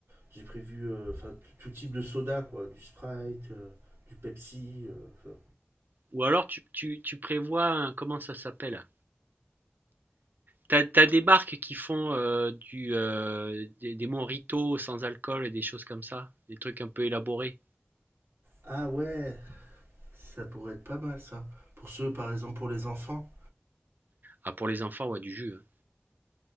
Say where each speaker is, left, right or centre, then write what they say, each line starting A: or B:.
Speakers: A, on the right; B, on the right.
A: j'ai prévu euh, enfin tout- tout type de soda quoi, du Sprite, euh, du Pepsi. euh, enfin.
B: Ou alors tu, tu, tu prévois, un- comment ça s'appelle? T'as, t'as des barques qui font euh, du, euh, des, des mojitos sans alcool et des choses comme ça, des trucs un peu élaborés.
A: ah ouais, ça pourrait être pas mal ça. Pour ceux par exemple pour les enfants
B: Ah, pour les enfants, ouais, du jus. hein.